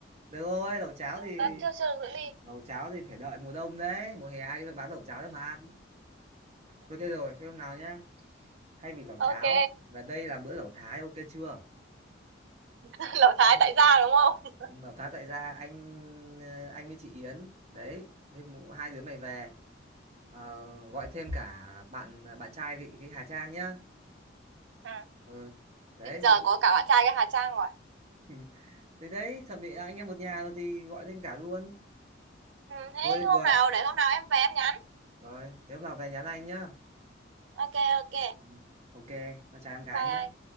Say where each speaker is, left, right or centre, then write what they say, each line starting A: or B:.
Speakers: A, on the right; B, on the right.
A: được rồi lẩu cháo thì
B: đã Ừ. chưa chưa được dẫn đi
A: lẩu cháo thì phải đợi mùa đông đấy mùa hè ai bán lẩu cháo cho mà ăn thôi thế rồi thế hôm nào nhá thay vì lẩu
B: ok
A: cháo và đây là bữa lẩu Thái ok chưa
B: <laughs> lão Thái
A: anh
B: tại gia
A: anh
B: đúng không
A: lẩu Thái tại gia anh ờ, anh với chị Yến đấy thế mụ- hai đứa mày về Ờ, gọi thêm cả bạn bạn trai cái, cái Hà Trang nhá
B: ừ.
A: ừ. đấy
B: Thế giờ
A: thế thì...
B: có cả bạn trai cái Hà Trang rồi
A: <laughs> thế đấy chuẩn bị anh em một nhà rồi thì gọi thêm cả luôn
B: ừ, thế
A: thôi thế
B: hôm
A: vừa
B: nào để hôm nào em về em nhắn
A: rồi thế hôm nào về nhắn anh nhá
B: ok ok
A: ừ. ok nó chào em gái
B: bye
A: nhá